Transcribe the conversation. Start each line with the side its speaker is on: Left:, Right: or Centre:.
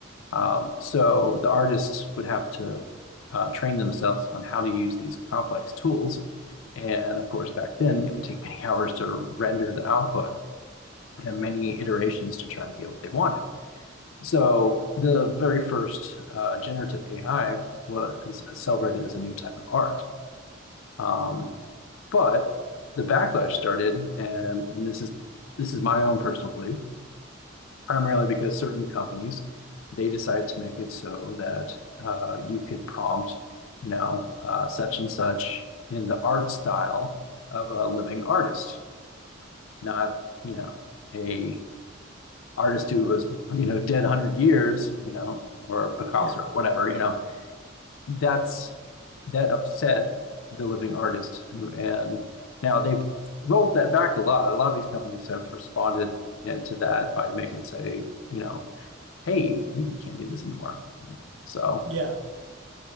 Left: Um,
Right: hmm
Left: So the artists would have to uh, train themselves on how to use these complex tools. And of course, back then, it would take <laughs> many hours to render the output and many iterations to try to get what they wanted. So the very first uh, generative AI was celebrated as a new type of art. Um, but the backlash started, and, and this is this is my own personal belief, primarily because certain companies, they decide to make it so that uh, you could prompt, you know, uh, such and such in the art style of a living artist, not, you know, a artist who was, you know, dead 100 years, you know, or Picasso
Right: Yeah,
Left: or whatever, you know. That's that upset the living artist. who- And now they've rolled that back a lot. A lot of these companies have responded and to that by making it say, you know, hey, we can't do this anymore. So,
Right: yeah.